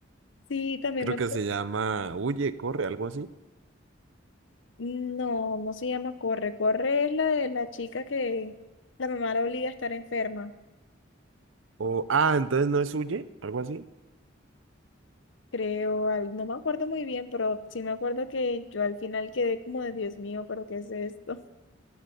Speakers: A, on the left; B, on the right.
A: Sí, también
B: Creo
A: me...
B: que se llama Huye, corre, algo así.
A: No, no se llama Corre. Corre es la de la chica que la mamá la obliga a estar enferma,
B: O, ah, entonces no es Huye, algo así.
A: creo. al- No me acuerdo muy bien, pero sí me acuerdo que yo al final quedé como de Dios mío, pero ¿qué es esto?